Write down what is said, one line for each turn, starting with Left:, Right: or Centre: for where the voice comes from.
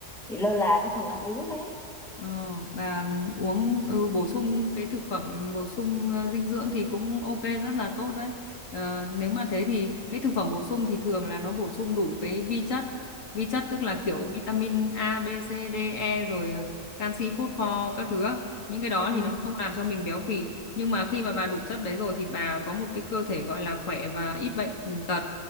Centre: bị lơ là cái phần ăn uống đấy
Left: Ờ, bà ừm, uống ừ, bổ sung cái thực phẩm bổ sung ờ, dinh dưỡng thì cũng ok rất là tốt đấy. Ờ, nếu mà thế thì cái thực phẩm bổ sung thì thường là nó bổ sung đủ cái vi chất. Vi chất tức là kiểu
Centre: ừ,
Left: vitamin A, B, C, D, E rồi ờ, canxi, phốt pho các thứ á. Những cái đó
Centre: ừ,
Left: thì nó không làm cho mình béo phì. Nhưng mà khi mà bà đủ chất đấy rồi thì bà có một cái cơ thể gọi là khỏe và ít bệnh ừ, tật.